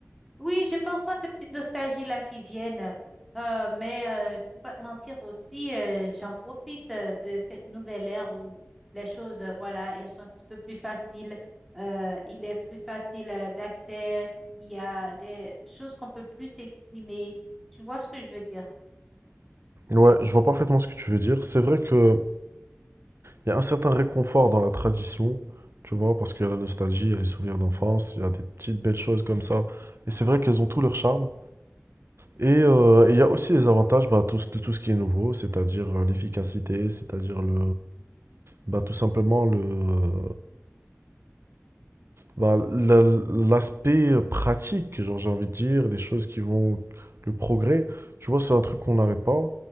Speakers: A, in the centre; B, on the right (about 60°).
A: Oui, j'ai parfois ces petites nostalgies-là qui viennent, euh, mais euh, faut pas te mentir aussi, euh, j'en profite euh, de cette nouvelle ère où les choses, euh, voilà, elles sont un petit peu plus faciles. Euh, il est plus facile euh, d'accès, il y a des choses qu'on peut plus exprimer. Tu vois ce que je veux dire?
B: Ouais, je vois parfaitement ce que tu veux dire. C'est vrai que Il y a un certain réconfort dans la tradition, tu vois, parce qu'il y a la nostalgie, il y a les souvenirs d'enfance, il y a des petites belles choses comme ça. Et c'est vrai qu'elles ont tout leur charme. Et euh, et il y a aussi les avantages bah, tout ce- de tout ce qui est nouveau, c'est-à-dire euh, l'efficacité, c'est-à-dire le, bah, tout simplement le, euh, bah, la- l'aspect pratique, genre j'ai envie de dire, des choses qui vont, le progrès, tu vois, c'est un truc qu'on n'arrête pas.